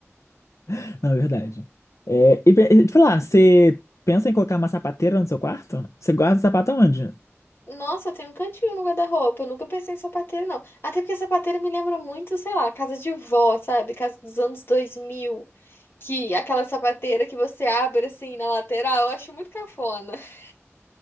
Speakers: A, on the left; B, on the left.
A: <laughs> na verdade. É, e pe- e te falar, você pensa em colocar uma sapateira no seu quarto? Você guarda o sapato aonde?
B: Nossa, tem um cantinho no guarda-roupa. Eu nunca pensei em sapateiro, não. Até porque sapateiro me lembra muito, sei lá, casa de vó, sabe? Casa dos anos 2000. Que aquela sapateira que você abre assim na lateral, eu acho muito cafona. <laughs>